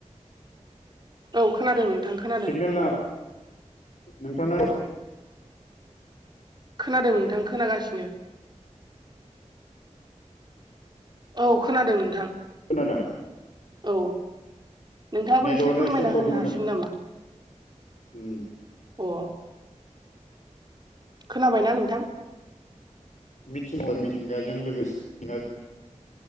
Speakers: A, on the right; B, on the left.
A: औ खोनादों नोंथां खोनादों
B: सिगनेला नोंथाङा
A: खोनादों नोंथां खोनागासिनो औ खोनादों नोंथां
B: खोनादों
A: औ नोंथाङाबो
B: नेटवार्कआ
A: फोरमायना
B: एसे प्रब्लेम
A: होनो
B: होदों
A: हासिगोन नामा
B: उम
A: अ खोनाबायना नोंथां
B: मिथिं मिथिंगाजों लोगोसे <unintelligible>